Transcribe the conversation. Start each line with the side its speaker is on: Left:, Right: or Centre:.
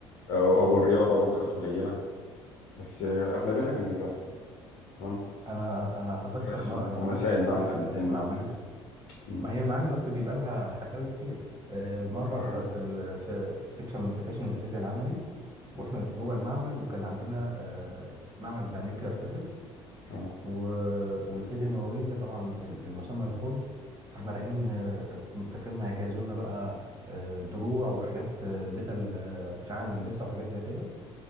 Left: أو,
Right: مم.
Left: أو الرياضة برضو كانت قليلة بس آه، أغلبيتها كان الرسم تمام
Right: انا انا اتذكر
Left: رسم
Right: ما
Left: ومسائل
Right: يعني موقف حصل
Left: بقى عن
Right: لي
Left: الأنتنة
Right: في في معمل
Left: والحاجات دي مم.
Right: ما هي المعامل اصل بيبقى لها حكاوي كتير آه، مره
Left: اه
Right: في في ال- في, في سيكشن من سكاشن الفيزياء العملي واحنا جوه المعمل وكان عندنا آه، معمل بتاع نيوكلير فيزيكس
Left: اه
Right: والفيزياء النوويه طبعا ال- المسمى يخض فاحنا رايحين آه، فاكرين ما هيجهزوا لنا بقى آه، دروع وحاجات آه، بدل آه، اشعاع نلبسها وحاجات زي كده